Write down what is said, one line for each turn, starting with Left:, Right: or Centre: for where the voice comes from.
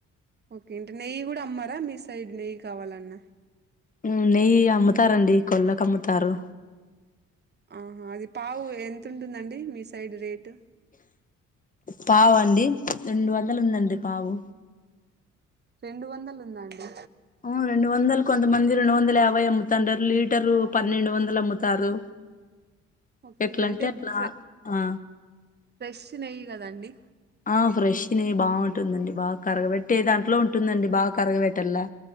Right: ఓకే అంటే నెయ్యి కూడా అమ్మారా మీ సైడ్ నెయ్యి కావాలన్నా
Left: ఉమ్ నెయ్యి అమ్ముతారండి కొళ్ళకు అమ్ముతారు
Right: ఆహా అది పావు ఎంత ఉంటుందండి మీ సైడ్ రేటు?
Left: పావు అండి రెండు వందలు ఉందండి పావు
Right: రెండు వందలు ఉందా అండి
Left: ఉమ్ రెండు వందలు కొంతమంది రెండు వందల యాభై అమ్ముతాండారు లీటరు పన్నెండు వందలు అమ్ముతారు
Right: ఓకే
Left: ఎట్లంటె
Right: అంటే
Left: అట్లా
Right: ఫ్రె
Left: ఆ
Right: ఫ్రెష్ నెయ్యి కదండి
Left: ఆ ఫ్రెష్ నెయ్యి బాగుంటుందండి బాగా కరగబెట్టే దాంట్లో ఉంటుందండి బాగా కరగబెట్టల్లా